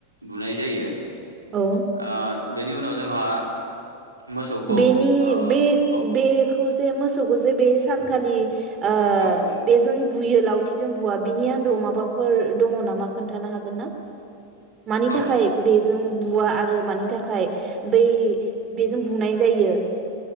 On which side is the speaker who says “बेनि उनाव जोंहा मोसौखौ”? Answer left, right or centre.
Right